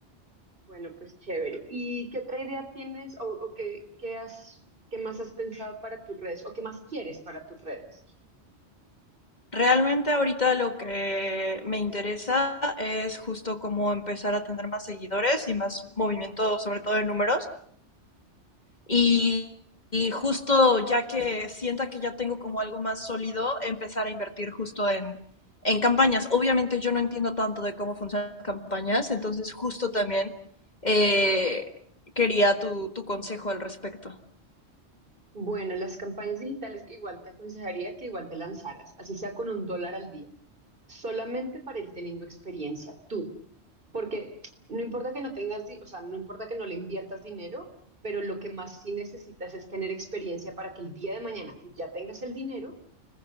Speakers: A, on the right; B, on the left.
A: bueno, pues chévere. ¿Y qué otra idea tienes o, o qué, qué has, qué más has pensado para tus redes o qué más quieres para tus redes?
B: Realmente ahorita lo que me interesa es justo cómo empezar a tener más seguidores y más movimiento, sobre todo de números. Y, y justo ya que sienta que ya tengo como algo más sólido, empezar a invertir justo en, en campañas. Obviamente yo no entiendo tanto de cómo funcionan las campañas, entonces justo también eh, quería tu, tu consejo al respecto.
A: Bueno, las campañas digitales igual te aconsejaría que igual te lanzaras, así sea con un dólar al día, solamente para ir teniendo experiencia tú. Porque no importa que no tengas, di- o sea, no importa que no le inviertas dinero, pero lo que más sí necesitas es tener experiencia para que el día de mañana que ya tengas el dinero,